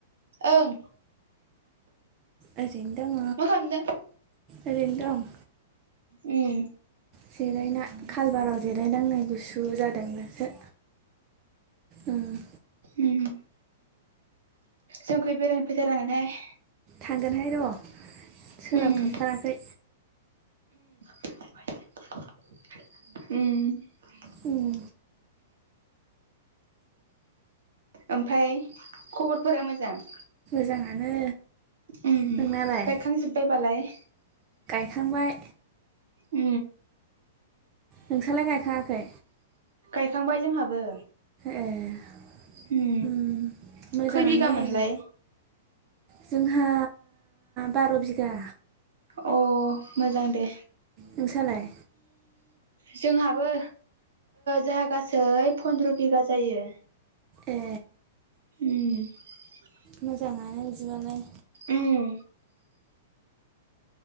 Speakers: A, on the right (about 70°); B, on the right (about 35°).
A: ओं।
B: ओरैनो दं
A: मा खालामदों
B: ओरैनो दं।
A: उओ।
B: जिरायना खालबाराव जिरायदां नै गुसु जादों दासो। ओं
A: उओ। जोंखै बेरायनो फैथारनांगोनहाय।
B: थांगोनहाय र सोलाबथ
A: उम
B: थाराखै।
A: उओ।
B: उम।
A: ओमफाय खबरफोरा मोजां?
B: मोजाङानो।
A: उ
B: नोंनालाय
A: गायखांजोब्बाय बालाय‌?
B: थांबाय।
A: उ।
B: नोंसोरलाय गायखााङाखै?
A: गायखांबाय जोंहाबो।
B: ए
A: उम
B: मोजाङानो
A: खै बिगा मोनलाय
B: ज जोंहा बार' बिगा।
A: अ मोजां दे।
B: नोंसालाय
A: जोंहाबो जोंहा गासै फन्द्र' बिगा जायो।
B: ए।
A: उम।
B: मोजाङानो बिदिबालाय।
A: उम